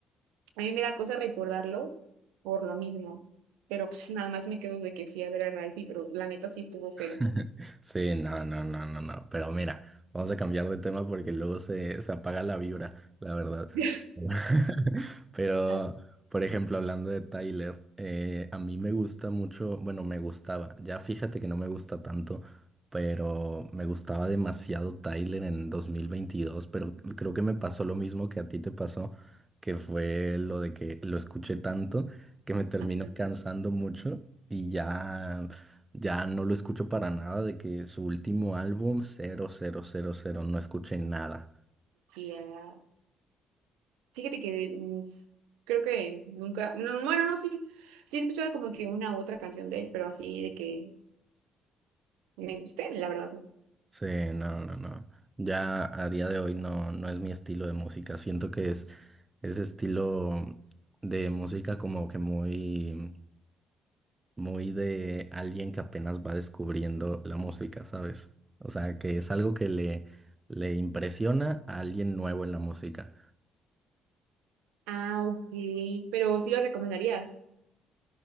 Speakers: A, on the right; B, on the right.
A: a mí me da cosa recordarlo por lo mismo, pero pues nada más me quedo de que fui a ver a Ralphie, pero la neta sí estuvo feo.
B: <laughs> Sí, no, no, no, no, no. Pero mira, vamos a cambiar de tema porque luego se, se apaga la vibra, la verdad.
A: <laughs>
B: <laughs> Pero,
A: Ay,
B: por ejemplo, hablando de Tyler, eh, a mí me gusta mucho, bueno, me gustaba, ya fíjate que no me gusta tanto, pero me gustaba demasiado Tyler en 2022. pero creo que me pasó lo mismo que a ti te pasó, que fue lo de que lo escuché tanto que me terminó
A: ajá,
B: cansando mucho y ya. Ya no lo escucho para nada de que su último álbum, cero cero cero cero no escuché nada.
A: ya. Fíjate que mm, creo que nunca, no, bueno, no, sí, sí he escuchado como que una u otra canción de él, pero así de que me guste la verdad, no.
B: Sí, no, no, no. Ya a día de hoy no, no es mi estilo de música. Siento que es ese estilo de música como que muy, muy de alguien que apenas va descubriendo la música, ¿sabes? O sea, que es algo que le, le impresiona a alguien nuevo en la música.
A: Ah, ok, pero sí lo recomendarías.